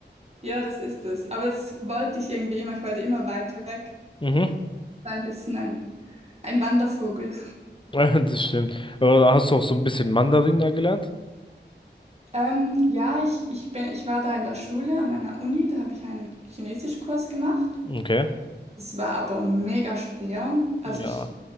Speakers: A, on the right; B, on the left.
A: ja, das ist es. Aber das wollte ich irgendwie immer. Ich wollte immer weit weg.
B: Mhm. <laughs>
A: So ein bisschen ein, ein Wandervogel.
B: Ja, Das stimmt. Aber hast du auch so ein bisschen Mandarin da gelernt?
A: Ähm, ja, ich, ich bin, ich war da in der Schule an einer Uni, da habe ich einen Chinesischkurs gemacht.
B: Okay.
A: Es war aber mega schwer. Also
B: Ja.
A: ich